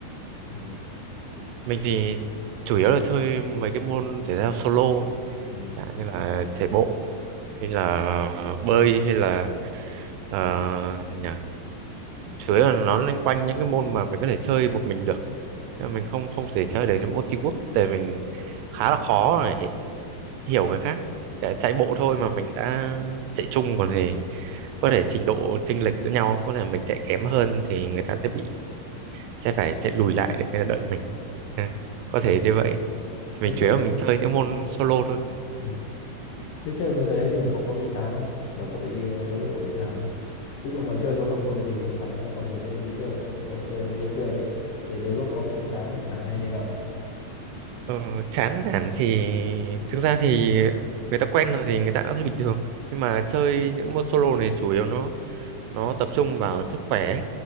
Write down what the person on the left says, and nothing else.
Ừ.
Ừ.
Thế chơi,
ừ. Thế chơi mấy cái đấy thì cậu có bị chán không? Kiểu có bị đôi lúc có bị nản không? ví dụ mà chơi có đồng đội thì thỉnh thoảng người ta còn rủ mình đi chơi á ví dụ mà chơi mấy cái kia thì để đôi lúc có bị chán bị nản hay như nào